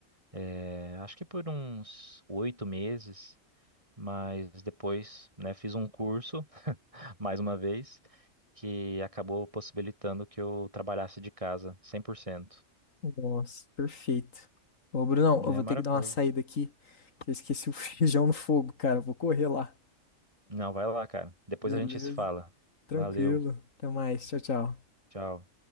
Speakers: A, on the right; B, on the left.
A: é, acho que por uns oito meses, mas depois, né, fiz um curso. mais uma vez, que acabou possibilitando que eu trabalhasse de casa cem por cento
B: Nossa, perfeito. Ô, Brunão, eu
A: É
B: vou
A: maravilhoso.
B: ter que dar uma saída aqui, que eu esqueci o <laughs> feijão no fogo, cara. Vou correr lá.
A: Não, vai lá, cara. Depois
B: Beleza.
A: a gente se fala.
B: Tranquilo.
A: Valeu.
B: Até mais. Tchau, tchau.
A: Tchau.